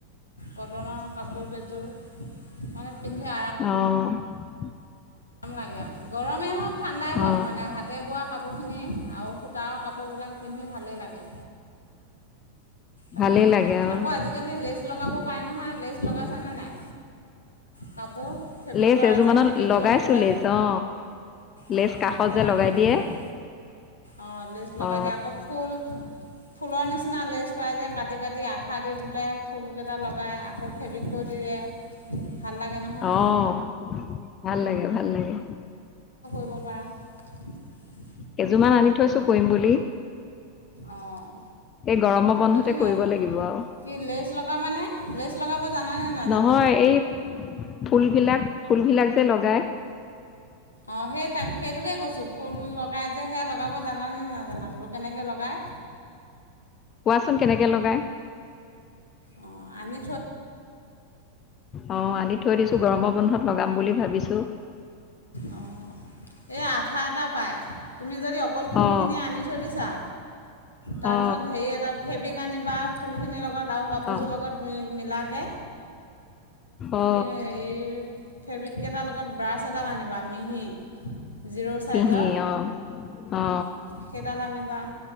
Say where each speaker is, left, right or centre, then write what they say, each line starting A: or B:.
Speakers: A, on the left; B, on the left.
A: কটনৰ <unintelligible> মানে পিন্ধি আৰা
B: অ'
A: গৰম লাগে আৰু গৰমেই হওক ঠাণ্ডাই হওক
B: অ
A: মানে হাতে বোৱা কাপোৰ <unintelligible> আৰু সূতাৰ কাপোৰবিলাক পিন্ধি ভাল ভালে লাগে। তাকে
B: ভালেই লাগে অ
A: আকৌ আজিকালি লেজ লগাব পাই নহয় লেজ লগাইছ নে নাই? কাপোৰ ফেব্ৰিক
B: লেছে
A: কৰা
B: এজোৰ
A: যে
B: মানত
A: ফেব্ৰিক
B: লগাইছো
A: কৰিবলৈ,
B: লেচ অ
A: অ,
B: লেচ কাষত
A: সেয়া
B: যে লগাই
A: কৰিব
B: দিয়ে
A: পাৰে অ, লেছ লগাই
B: অ
A: দিয় আকৌ ফুল ফুলৰ নিচিনা লেছ পাই যে কাটি কাটি আঠ আঠা দি পেলাই ফুল কেইটা লগাই আ <unintelligible> কৰি দিয়ে। ভাল লাগে নহয়
B: অ', ভাল লাগে। <unintelligible> ভাল লাগে।
A: <unintelligible>
B: কেইযোৰমান আনি থৈছোঁ কৰিম বুলি।
A: অ',
B: এই গৰমৰ বন্ধতে
A: যদি
B: কৰিব
A: নাই
B: লাগিব আৰু
A: কি লেজ লগাবানে লেজ লগাব জানাানে নাজানা?
B: নহয় এই ফুলবিলাক ফুলবিলাক ছে লগায়
A: অ সেই তাক সেইটোকে কৈছো ফুল লগাই যে সেয়া লগাব জান নে নাজানা বোলো? কেনেকৈ লগায়?
B: কোৱাচোন কেনেকে লগাই।
A: অ আনে
B: অ আনি থৈ দিছো গৰমৰ বন্ধত লগাম বুলি ভাবিছো
A: আহ এই আঠা এটা পাই তুমি যদি অকল ফুলখিনি
B: অ
A: আনি থৈ দিছা তাৰপিছত
B: অ
A: হেৰি এটা ফেব্ৰিক আনিবা ফুলখিনিৰ লগত আৰু কাপোৰযোৰ
B: অ
A: লগত মিলাকে
B: অ
A: ফে এই <unintelligible> ফেব্ৰিক এটাৰ লগত ব্ৰাছ এডাল আনিবা মিহি। জিৰ' ছাইজৰ
B: পিহি অ অ
A: অঁ সেইডাল আনিবা